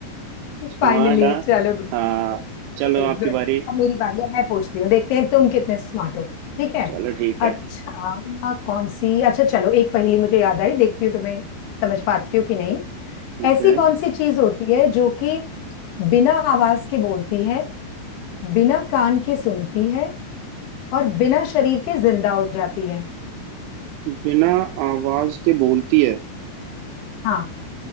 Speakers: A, on the right; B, on the left.
A: स्मार्ट
B: फाइनली
A: हाँ
B: <laughs> चलो गुड
A: हाँ चलो
B: चलो
A: आपकी
B: गुड
A: बारी
B: अब मेरी बारी अब मैं पूछती हूँ देखते हैं तुम कितने स्मार्ट हो ठीक है
A: चलो ठीक
B: अच्छा
A: है
B: ना कौन सी अच्छा चलो एक पहेली मुझे याद आई देखती हूँ तुम्हें समझ पाती हो कि नहीं
A: ओके
B: ऐसी कौन सी चीज होती है जो कि बिना आवाज के बोलती है बिना कान के सुनती है और बिना शरीर के जिंदा हो जाती है
A: बिना आवाज के बोलती है
B: हाँ